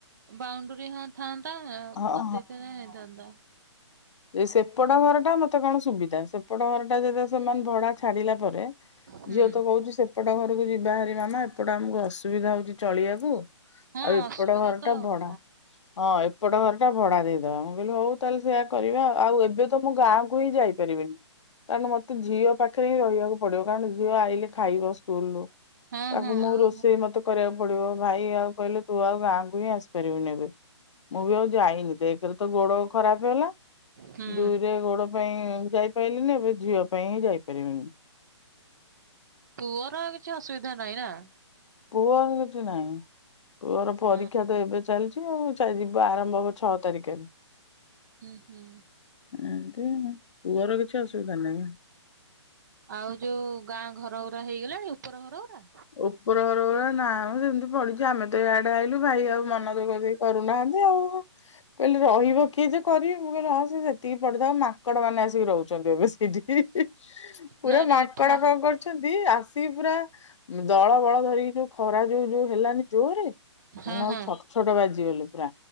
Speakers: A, on the right (about 35°); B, on the left (about 75°).
A: ବାଉଣ୍ଡୁରୀ ହଁ ଥାନ୍ତା
B: ହଁ
A: କରି ଦେଇଥିନେ ହେଇଥାନ୍ତା।
B: ଏଇ ସେପଟ ଘର ଟା ମତେ କଣ ସୁବିଧା ସେପଟ ଘର ଟା ଯଦି ସେମାନେ ଭଡା ଛାଡିଲା ପରେ
A: ହୁଁ
B: ଝିଅ ତ କହୁଚି ସେପଟ ଘରକୁ ଯିବା ବାହାରି ମାମା ଏପଟା ଆମକୁ ଅସୁ ଆସୁବିଧା ହୋଉଚି ଚଳିବାକୁ
A: ହଁ
B: ଆଉ ଏପଟ
A: ଅସୁବିଧା
B: ଘର
A: ତ
B: ଟା ଭଡା।
A: ହଁ
B: ହଁ ଏପଟ ଘର ଟା ଭଡା ଦେଇଦବା ମୁଁ କହିଲି ହଉ ତାହେଲେ ସେଇଆ। କରିବା ଆଉ ଏବେ ତ ମୁଁ ଗାଁକୁ ହିଁ ଯାଇପାରିବିନି। କାରଣ ମତେ ଝିଅ ପାଖରେ ହିଁ ରହିବାକୁ ପଡିବ କାରଣ ଝିଅ ଆଇଲେ ଖାଇବ ସ୍କୁଲୁ।
A: ହଁ
B: ତାକୁ
A: ହଁ
B: ମୁଁ
A: ଆଉ
B: ରୋଷେଇ ମତେ କରିବାକୁ ପଡିବ ଭାଇ ଆଉ କହିଲେ ତୁ ଆଉ ଗାଁକୁ ହିଁ ଆସିପାରିବୁ ନେହିଁ ଏବେ। ମୁଁ ବି ଆଉ ଯାଇନି ଏକେରେ ତ ଗୋଡ ଖରାପେ ହେଲା।
A: ହୁଁ
B: ଦୁଇରେ ଗୋଡ ପାଇଁ ଯାଇପାଇଲିନି ଏବେ ଝିଅ ପାଇଁ ହିଁ ଯାଇପାରିବିନାହିଁ
A: ପୁଅର ଆଉ କିଛି ଅସୁବିଧା ନାହିଁ ନାଁ?
B: ପୁଅର କିଛି ନାହିଁ ପୁଅର ପରୀକ୍ଷା
A: ହଁ
B: ତ ଏବେ ଚାଲିଚି। ଟିକିଏ ଆଉ ଚା ଯିବା ଆରମ୍ଭ ହୋଉ ଛଅ ତାରିକରେ।
A: ହୁଁ ହୁଁ।
B: ଏମିତି ପୁଅର କିଛି ଅସୁବିଧା ନାହିଁ।
A: ଆଉ ଯୋଉ ଗାଁ ଘର ଗୁରା ହେଇଗଲାଣି ଉପର ଘରଗୁରା?
B: ଉପର ଘର ଗୁରା ନା ମ ସେମତି ପଡିିଚି ଆମେ ତେ ୟାଡେ ଆଇଲୁ ଭାଇ ଆଉ ମନଦୁଃଖ କେହି କରୁନାହାନ୍ତି ଆଉ କହିଲି ରହିବ କିଏ ଯେ କରିମି ମୁଁ କହିଲି ହଁ ସେତିକି ପଡିିଥାଉ ମାଙ୍କଡ ମାନେ ଆସି କି ରହୁଚନ୍ତି ଏବେ। ଇଦି ଇ ଇ ପୁରା
A: ନାଇଁ ନାଇଁ
B: ମାଙ୍କଡ
A: ଏଠା
B: କଣ କରୁଛନ୍ତି ଆସିକି ପୁରା। ଦଳ ବଳ ଧରିକି ଯୋଉ ଖରା ଯୋଉ ଯୋଉ ହେଲାନି ଜୋରରେ।
A: ହଁ
B: ମାନେ ଆଉ
A: ହଁ
B: ଛଟ୍ ଛଟ୍ ବାଜିଗଲେ ପୁରା,